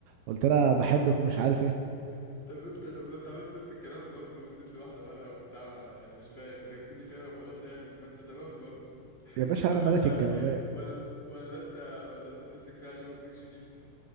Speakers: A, on the right; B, on the left.
A: قلت لها بحبك ومش عارف ايه
B: <laughs> طب انت طب ما انت عملت نفس الكلام برضه واديت لي واحده ورقه وبتاع ما- انا مش فاهم انت بتيجي فيها وخلاص يعني ما انت تمام برضه <laughs>
A: يا باشا
B: ولا
A: انا ملك
B: انت
A: الجوابات
B: ولا ولا انت ولا انت بتمسك فيها عشان ما بتمسكش فيك